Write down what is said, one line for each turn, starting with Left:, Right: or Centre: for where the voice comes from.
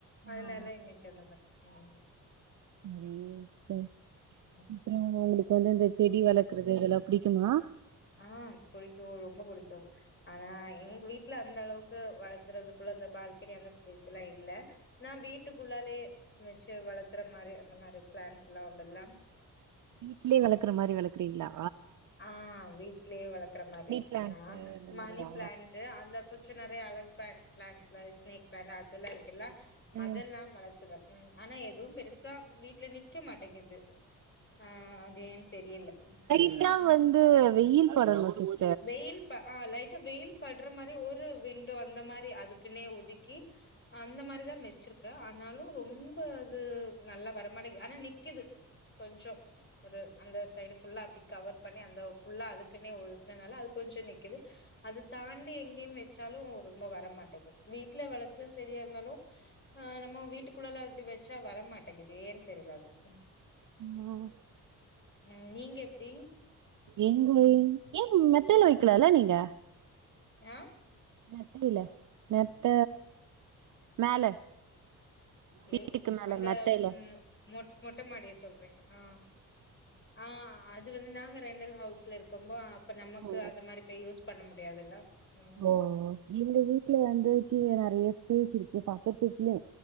Left: அதனால
Right: ஆ
Left: இன்னைக்கு அந்த மாரி பண்ணே
Right: வேற யோசிச்சே
Left: ம்
Right: அப்புறோ உங்களுக்கு வந்து இந்த செடி வளக்க்குறது இதெல்லா புடிக்குமா
Left: ஆ பிடிக்கு ரொம்ப பிடிக்கு ஆனா எங்க வீட்ல அந்த அளவுக்கு வளக்குறதுக்குள்ள அந்த பால்கனி அந்த ஸ்பேஸ்லா இல்ல நா வீட்டுக்குள்ளாலே வச்சு வளத்துற மாரி அந்த மாரி ப்ளாண்ட்ஸ்லா உண்டுலா
Right: வீட்லே வளக்குற மாரி வளக்குறீங்ளா
Left: ஆ வீட்லே வளக்குற மாரி
Right: பிளான்ட்ஸு
Left: நா
Right: இந்த
Left: மணி
Right: மாரியா
Left: பிளான்டு அந்த கொஞ்சோ நெறைய அழகு பன் பிளான்ட்ஸ்ல ஸ்னேக் பிளான்ட் அதெல்லா இருக்குல்ல
Right: ம்
Left: அதெல்லா வளக் கத்துபே ம் ஆனா எதுவு பெருசா வீட்ல நிக்க மாட்டேங்குது ஆ அது ஏன் தெரியல
Right: இதுலா
Left: ம்
Right: வந்து வெயில் படணு சிஸ்
Left: வெயில் ப ஆ லைட்டா வெயில் படுற மாரி ஒரு விண்டோ அந்த மாரி அதுக்குன்னே ஒதிக் கீ அந்த மாரிதா வச்சிருக்கே ஆனாலு ரொம்ப அது நல்லா வரமாட்டேங்கி ஆனா நிக்குது கொஞ்சொ ஒரு அந்த சைடு ஃபுல்லா அப்டி கவர் பண்ணி அந்த ஃபுல்லா அது அதுக்குன்னே ஒதுக்குனனால அது கொஞ்சொ நிக்குது அது தாண்டி எங்கயுமே வச்சாலு ரொம்ப வர மாட்டேங்கு வீட்ல வளத்துற செடியா இருந்தாலு ஆ நம்ம வீட்டுக்குள்ளால அப்டி வச்சா வரமாட்டேங்கிது ஏன் தெர்ல அதுவு ம்
Right: ம்
Left: ம் நீங்க எப்டி
Right: எங்க ஏங் மெத்தைல வைக்லல்லா நீங்க
Left: ஆ
Right: மெத்தைல மெத்த மேல வீட்டுக்கு
Left: ஏ
Right: மேல
Left: அங்க
Right: மெத்தையில
Left: மொ மொட் மொட்ட மாடிய சொல்றீங்க ஆ ஆ அது வந்து நாங்க ரெண்டல் ஹவுஸ்ல இருக் கம்போ அப்ப நமக்கு
Right: ஓ
Left: அந்த மாரி இப்ப யூஸ் பண்ண முடியாதுல்ல ம்
Right: ஓ ஓ எங்க வீட்ல வந்து கீழ நெறைய ஸ்பேஸ் இருக்கு பக்கத்துக்தூட்லயு